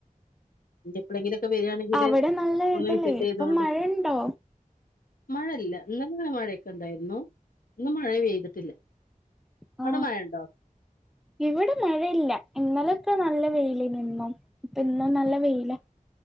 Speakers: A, on the left; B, in the centre.
A: ഇഞ് എപ്പോഴെങ്കിലുമൊക്കെ വരികയാണെങ്കില്
B: അവിടെ നല്ല
A: ഒന്ന്
B: ഇതല്ലേ
A: വിസിറ്റ് ചെയ്തോണ്ടു
B: ഇപ്പം മഴയുണ്ടോ
A: മഴ ഇല്ല ഇന്നലെ മഴയൊക്കെ ഉണ്ടായിരുന്നു ഇന്ന് മഴ പെയ്തിട്ടില്ല
B: ഓ
A: അവിടെ മഴ ഉണ്ടോ
B: ഇവിടെ മഴയില്ല ഇന്നലെ ക്കെ നല്ല വെയില് നിന്നും ഇപ്പ ഇന്നും നല്ല വെയില.